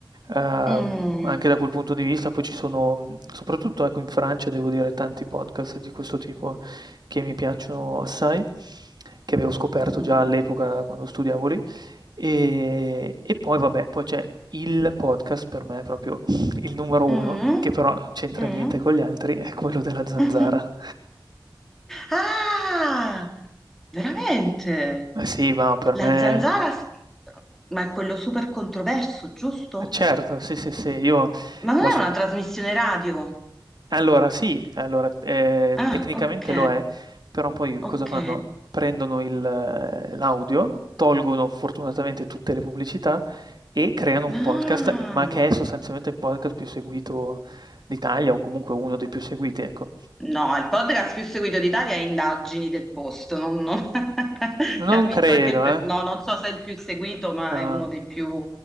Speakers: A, on the right (about 60°); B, in the centre.
A: ehm,
B: Mm,
A: anche da quel punto di vista. Poi ci sono, mh, soprattutto ecco, in Francia, devo dire, tanti podcast di questo tipo che mi piacciono assai, che avevo scoperto
B: mm,
A: già all'epoca quando studiavo lì. E, e poi vabbè, poi c'è il podcast per me proprio il numero
B: mm,
A: uno, che però c'entra
B: mm.
A: niente con gli altri, è quello della Zanzara.
B: <laughs> Ah, veramente?
A: Ma sì, ma per
B: La
A: me
B: zanzara, s- ma è quello super controverso, giusto?
A: Eh certo, sì, sì, sì, io
B: Ma non
A: l'ho
B: è
A: s
B: una trasmissione radio?
A: Allora sì, allora, ehm,
B: Ah,
A: tecnicamente
B: ok,
A: lo è, però poi cosa
B: ok.
A: fanno? Prendono il eh, l'audio, tolgono fortunatamente tutte le pubblicità e creano un
B: Ah.
A: podcast, ma che è sostanzialmente il podcast più seguito d'Italia o comunque uno dei più seguiti, ecco.
B: No, il podcast più seguito d'Italia è Indagini del Posto, non- non- <laughs>
A: Non
B: ha vinto
A: credo,
B: anche il premio.
A: eh.
B: No, non so se è il più seguito, ma
A: No.
B: è uno dei più